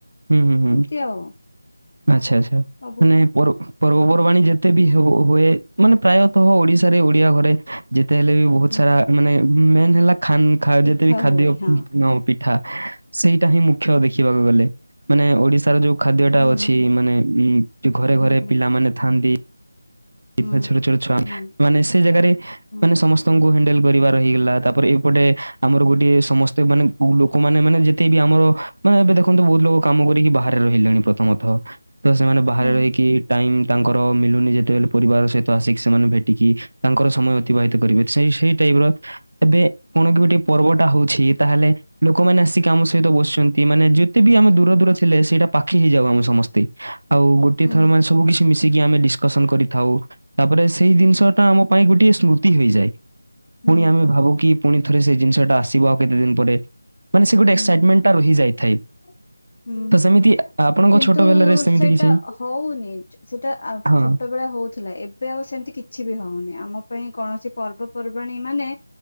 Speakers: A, on the right (about 75°); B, on the left (about 45°).
A: ହୁଁ। ହୁଁ।
B: ଏମିତି ଆଉ।
A: ଆଚ୍ଛା ଆଚ୍ଛା
B: ସବୁ
A: ମାନେ ପରକୁ ପର୍ବପର୍ବାଣୀ ଯେତେ ବି ହୁ ହୁଏ ମାନେ ପ୍ରାୟତଃ ଓଡିଶାରେ ଓଡିଆ ଘରେ- ଯେତେ ହେଲେ ବି ବହୁତ୍
B: ହୁଁ
A: ସାରା ମାନେ ମେନ୍ ହେଲା ଖାନ
B: ପିଠା
A: ଯେତେବି ଖାଦ୍ୟ।
B: ହୁଏ ହଁ
A: ପିଠା ସେଇଟା ହିଁ ମୁଖ୍ୟ ଦେଖିବାକୁ ଗଲେ ମାନେ ଓଡିଶାର ଯୋଉ ଖାଦ୍ୟଟା
B: ହୁଁ
A: ଅ ଅଛି
B: ହୁଁ
A: ମାନେ ଉଁ ଘରେ ଘରେ
B: ହୁଁ
A: ପିଲାମାନେ ଥାଆନ୍ତି। ଟିପା
B: ହୁଁ
A: ଛୋଟ ଛୋଟ ଛୁଆ
B: ହୁଁ
A: ମାନେ ସେ ଜାଗାରେ
B: ହୁଁ
A: ମାନେ ସମସ୍ତଙ୍କୁ ହ୍ୟାଣ୍ଡେଲ କରିବାର ହେଇଗଲା। ତାପରେ ଏପଟେ ଆମର ଗୋଟିଏ ସମସ୍ତେ ମାନେ କୋଉ ଲୋକମାନେ ମାନେ ଯେତେ ବି ଆମର ମାନେ ଏବେ ଦେଖନ୍ତୁ ବହୁତ୍ ଲୋକ କାମ କରିକି ବାହାରେ ରହିଲେଣି ପ୍ରଥମତଃ। ତ ସେମାନେ ବାହାରେ
B: ହୁଁ
A: ରହିକି ଟାଇମ ତାଙ୍କର ମିଳୁନି ଯେତେବେଳେ- ପରିବାର ସହିତ ଆସିକି ସେମାନେ ଭେଟିକି ତାଙ୍କର ସମୟ ଅତିବାହିତ କରିବେ। ସେ ସେଇ ଟାଇପ୍ ର ଏବେ ପୁଣି କି ଗୋଟେ ପର୍ବଟା ହୋଉଛିକି? ତାହେଲେ ଲୋକମାନେ ଆସିକି ଆମ ସହିତ ବସିଛନ୍ତି ମାନେ ଯେତେ ବି ଆମେ ଦୂର ଦୂର ଥିଲେ ସେଇଟା ପାଖେ ହେଇଯାଉ ଆମ ସମସ୍ତିଙ୍କି। ଆଉ ଗୋଟେ
B: ହୁଁ
A: ଥର ମାସ କୁ କିଛି ମିଶିକି ଆମେ ଡିସ୍ କସନ କରି ଥାଉ ତାପରେ ସେଇ ଜିନିଷ ଟା ଆମ ପାଇଁ ଗୋଟିଏ ସ୍ମୃତି ହେଇଯାଏ।
B: ହୁଁ
A: ପୁଣି ଆମେ ଭାବୁ କି ପୁଣି ଥରେ ସେ ଜିନିଷଟା ଆସିବ ଆଉ କେତେ ଦିନ ପରେ। ମାନେ ସେ ଗୋଟେ
B: ହୁଁ ହୁଁ ହୁଁ
A: ଏକ୍ସାଇଟମେଣ୍ଟ ଟା ରହିଯାଇଥାଏ।
B: ହୁଁ ହୁଁ
A: ତ ସେମିତି ଆପଣଙ୍କ
B: କିନ୍ତୁ
A: ଛୋଟ ବେଲାରେ ସେମିତି
B: ସେଇଟା
A: କିଛି
B: ହୋଉନି ସେଇଟା ଆ
A: ହଁ।
B: ଛୋଟ ବେଳେ ହୋଉଥିଲା। ଏବେ ଆଉ ସେମିତି କିଛି ବି ହୋଉନି। ଆମ ପାଇଁ କୌଣସି ପର୍ବପର୍ବାଣୀ ମାନେ